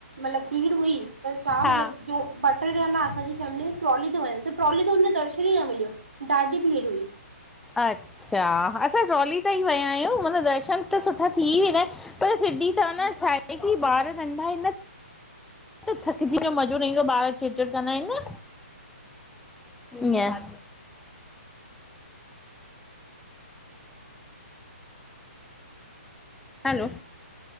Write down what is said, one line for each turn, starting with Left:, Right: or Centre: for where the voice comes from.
Right: मतलबु भीड़ हुई त छा
Centre: हा
Right: मतलबु जो बट न असांजी फैमिली ट्रॉली ते वमि त ट्रॉली ते दर्शन ई न मिलियो। ॾाढी भीड़ हुई
Centre: अच्छा असां ट्रोली त ई वयाय। आहियूं मतब दर्शन त सुठा थी वेंदा आहिनि पर सिधी त न छाहे की ॿार नंढा आहिनि न। त थकिजी में मज़ो न ईंदो ॿार चिड़चिड़ कंदा आहिनि न? इअं। हैलो